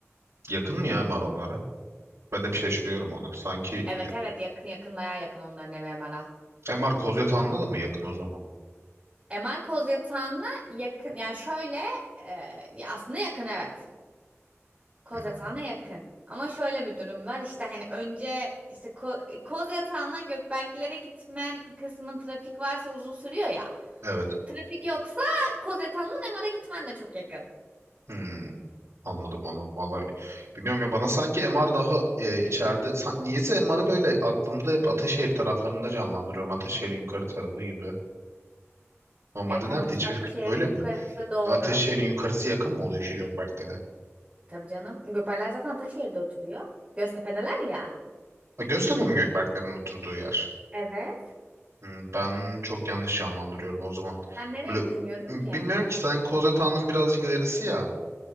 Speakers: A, on the right; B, on the right.
A: Yakın mı ya MR onlara? Ben de bir şaşırıyorum onu. Sanki
B: Evet
A: ya,
B: evet yakın yakın bayağı yakın onların evi Emara.
A: MR Kozyatağı'nda da mı yakın o zaman?
B: MR koz yatağına yakın yani şöyle e, ya aslında yakın evet. Koz
A: Hmm,
B: yatağına yakın. Ama şöyle bir durum var işte hani önce işte ko- koz yatağından Gökberklere gitmen kısmın trafik varsa uzun sürüyor ya.
A: evet.
B: Trafik yoksa koz yatağından MR'a gitmen de çok yakın.
A: Hmm, anladım anladım. Vallahi bilmiyorum ya bana sanki MR daha e, içeride. San- niyeyse MR'ı böyle aklımda hep Ataşehir taraflarında canlandırıyorum. Ataşehir'in yukarı tarafı gibi. Normalde
B: E tamam
A: nerede
B: işte
A: hiçbir
B: Ataşehir'in
A: fikrim öyle mi?
B: yukarısı. Yukarısı doğru.
A: Ataşehir'in yukarısı yakın mı oluyor şu Gökberklere?
B: Tabii canım. Gökberkler zaten Ataşehir'de oturuyor. Göztepe'deler ya.
A: Ha, Göztepe mi Gökberklerin oturduğu yer?
B: Evet.
A: Hmm, ben çok yanlış canlandırıyorum o zaman.
B: Sen nereye
A: Böyle
B: düşünüyordun
A: bilmiyorum
B: ki?
A: ki sanki Kozyatağı'nın birazcık ilerisi ya.